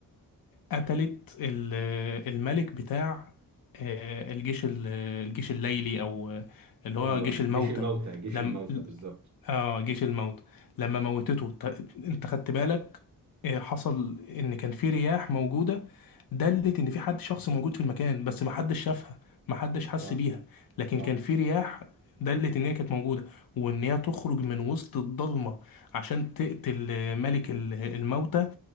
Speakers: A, on the left; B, on the right.
A: قتلت ال- الملك بتاع آه، الجيش ال- الجيش الليلي أو آه، اللي هو
B: ايوه
A: جيش الموتى
B: جيش الموتى جيش
A: لم
B: الموتى بالظبط
A: اه جيش الموت لما موتته ت- انت خدت بالك آه، حصل ان كان في رياح موجوده دلت ان في حد شخص موجود في المكان بس محدش شافها محدش حس
B: صح
A: بيها لكن
B: صح
A: كان في رياح دلت ان هي كانت موجوده وان هي تخرج من وسط الضلمه عشان تقتل آه، ملك ال- الموتى